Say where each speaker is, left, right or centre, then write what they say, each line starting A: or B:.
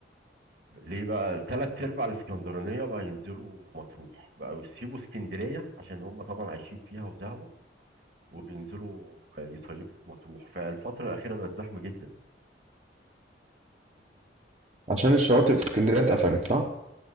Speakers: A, on the right; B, on the right.
A: ليه بقى تلات ارباع الاسكندرانيه بقى ينزلوا مطروح بقى يسيبوا اسكندريه عشان هم طبعا عايشين فيها وزهقوا وبينزلوا يصيفوا في مطروح فالفتره الاخيره بقت زحمه جدا
B: عشان الشواطئ في اسكندرية اتقفلت صح؟